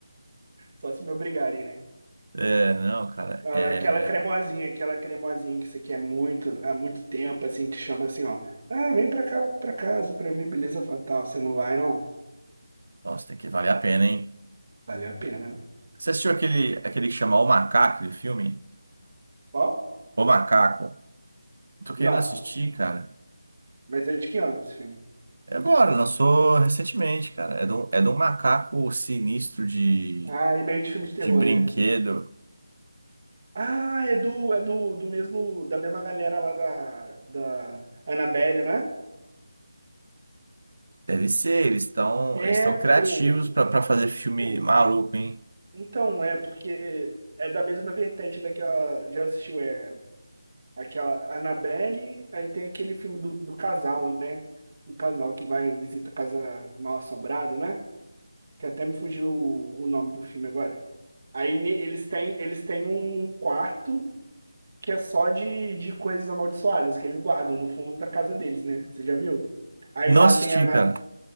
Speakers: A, on the right; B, on the right.
A: Só se me obrigarem, né?
B: É, não, cara.
A: Não,
B: É...
A: é Aquela cremosinha, aquela cremosinha que você quer muito, há muito tempo, assim, te chama assim, ó. Ah, vem pra cá, pra casa pra ver Beleza Fatal. Você não vai, não?
B: Nossa, tem que valer a pena, hein?
A: Valeu a pena, né?
B: Você assistiu aquele, aquele que chama O Macaco, aquele filme?
A: Ó,
B: O Macaco. Eu Tô querendo
A: não.
B: assistir, cara.
A: Mas é de que ano esse filme?
B: É agora, lançou recentemente, cara. É de um, é de um macaco sinistro de,
A: Ah, é meio de filme de terror,
B: de brinquedo.
A: né? Ah, é do, é do, do mesmo, da mesma galera lá da, da Annabelle, né?
B: Deve ser, eles estão
A: É,
B: eles estão
A: pô.
B: criativos pra pra fazer filme
A: Tipo,
B: maluco, hein?
A: então é, porque é da mesma vertente daquela. Já assistiu, é. Aquela Annabelle, aí tem aquele filme do, do casal, né? Do casal que vai visita a casa mal-assombrada, né? Que até me fugiu o, o nome do filme agora. Aí ne- eles têm, eles têm um quarto que é só de, de coisas amaldiçoadas que eles guardam no fundo da casa deles, né? Você já viu? Aí
B: Não
A: lá
B: assisti,
A: tem a Ana...
B: cara.